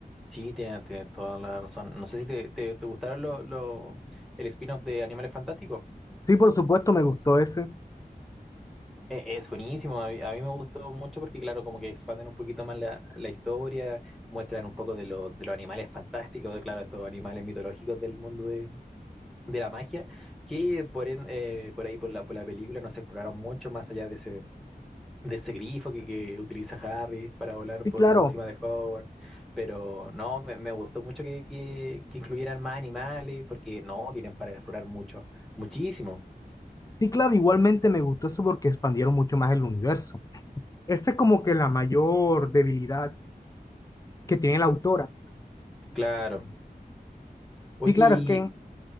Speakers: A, in the centre; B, on the left.
A: sí, tiene, tiene toda la razón. No sé si te, te, te gustaron lo, lo- el spin-off de Animales Fantásticos.
B: Sí, por supuesto, me gustó ese.
A: E- Es buenísimo, a mí, a mí me gustó mucho porque claro, como que expanden un poquito más la, la historia, muestran un poco de, lo- de los animales fantásticos, de claro, estos animales mitológicos del mundo de, de la magia, que por, en- eh, por ahí por la, por la película no se exploraron mucho más allá de ese, de ese grifo que, que utiliza Harry para volar
B: Sí,
A: por
B: claro.
A: encima de Hogwarts. Pero no, me, me gustó mucho que, que, que incluyeran más animales, porque no, tienen para explorar mucho, muchísimo.
B: Sí, claro, igualmente me gustó eso porque expandieron mucho más el universo. Esta es como que la mayor debilidad que tiene la autora.
A: Claro.
B: Sí,
A: Oye,
B: claro,
A: y
B: es que,